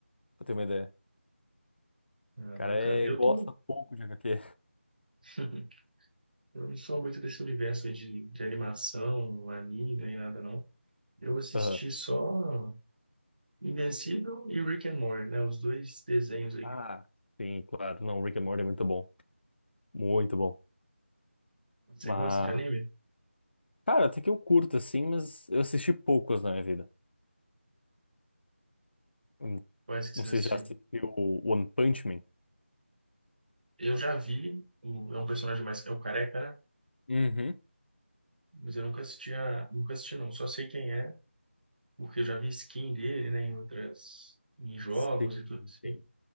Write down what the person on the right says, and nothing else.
É,
bacana.
Eu
tô,
<laughs> eu não sou muito desse universo aí de, de animação, anime, nem nada, não. Eu assisti
só Invencível e Rick and Morty, né? Os dois desenhos aí.
Você
gosta de anime?
Parece que
você
assistiu.
Eu já vi, o- é um personagem mais, é o Careca, né?
Mas eu nunca assisti, a, nunca assisti não. Só sei quem é, porque eu já vi skin dele, né? Em outras, em jogos
e tudo assim.